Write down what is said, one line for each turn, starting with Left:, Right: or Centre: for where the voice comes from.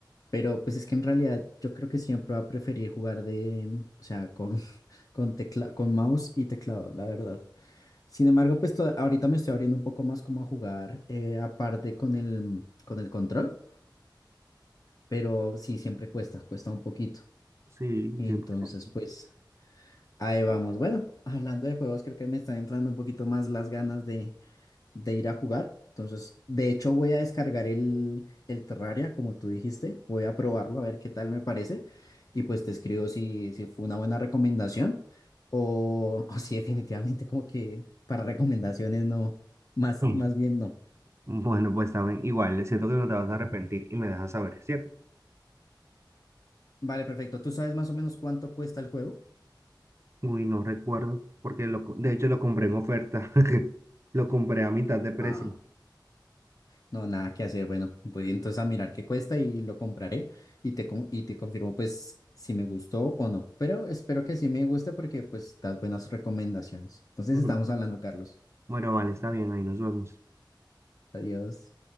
Left: pero pues es que en realidad yo creo que siempre va a preferir jugar de, o sea, con, Con tecla- con mouse y teclado, la verdad. Sin embargo, pues to- ahorita me estoy abriendo un poco más como a jugar, eh, aparte con el, con el control, pero sí, siempre cuesta, cuesta un poquito.
Right: Sí,
Left: Entonces,
Right: 100%.
Left: pues ahí vamos. Bueno, hablando de juegos, creo que me están entrando un poquito más las ganas de de ir a jugar. Entonces, de hecho, voy a descargar el, el Terraria, como tú dijiste. Voy a probarlo a ver qué tal me parece. Y pues te escribo si, si fue una buena recomendación o, o si definitivamente como que para recomendaciones no, más,
Right: Mm.
Left: más bien no.
Right: Bueno, pues también igual, siento que no te vas a arrepentir y me dejas saber, ¿cierto?
Left: Vale, perfecto. ¿Tú sabes más o menos cuánto cuesta el juego?
Right: Uy, no recuerdo, porque lo, co- de hecho lo compré en oferta. <laughs> Lo compré a mitad de precio.
Left: Ah. No, nada que hacer. Bueno, voy entonces a mirar qué cuesta y lo compraré y te, con- y te confirmo pues si me gustó o no. Pero espero que sí me guste porque pues das buenas recomendaciones. Entonces
Right: <laughs> Ujú.
Left: estamos hablando, Carlos.
Right: Bueno, vale, está bien, ahí nos vemos.
Left: Adiós.